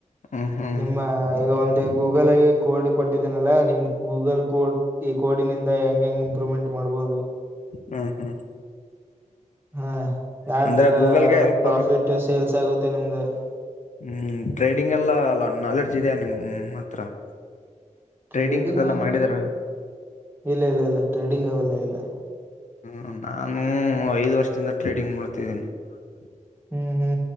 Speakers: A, on the left (about 70°); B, on the right (about 15°).
A: ಹ್ಮ್ ಹ್ಮ್
B: ನಿಮ್ಮ ಈಗ ಒಂದು ಐತಿ. <unintelligible> ಗೂಗಲ್ ಆಗೆ ಕೋಡ್ ಕೊಟ್ಟಿದ್ದೇನಲ್ಲಾ ನಿಮ್ ಗೂಗಲ್ ಕೋಡ್ ಈ ಕೋಡಿನಿಂದ ಹೆಂಗ ಹೆಂಗ್ ಇಂಪ್ರೂವ್ಮೆಂಟ್ ಮಾಡಬಹದು. <unintelligible>
A: ಹ್ಮ್ ಹ್ಮ್
B: ಹಾ ಯಾವ
A: ಅಂದ್ರೆ
B: ತರ
A: ಗೂಗಲ್ಗೆ ಹೆಲ್ಪ್
B: ಪ್ರಾಫಿಟ್ ಸೇಲ್ಸ್ ಆಗುತ್ತೆ ನಿಮ್ದ. <unintelligible>
A: ಹೂ ಟ್ರೇಡಿಂಗ್ ಎಲ್ಲಾ ನಾಲೆಡ್ಜ್ ಇದೆ ನಿಮ್ಮ ಹತ್ರ. <unintelligible>
B: ಟ್ರೇಡಿಂಗ್
A: ಅದೆಲ್ಲ
B: ಏನ್
A: ಮಾಡಿದರ
B: ಇಲ್ಲ ಇಲ್ಲ ಇಲ್ಲ ಟ್ರೇಡಿಂಗ್ ಅವೆಲ್ಲ ಇಲ್ಲ. <unintelligible>
A: ಹಾ ನಾನು ಐದ ವರ್ಷದಿಂದ ಟ್ರೇಡಿಂಗ್ ಮಾಡ್ತಿದ್ದೀನಿ. <unintelligible>
B: ಹು ಹು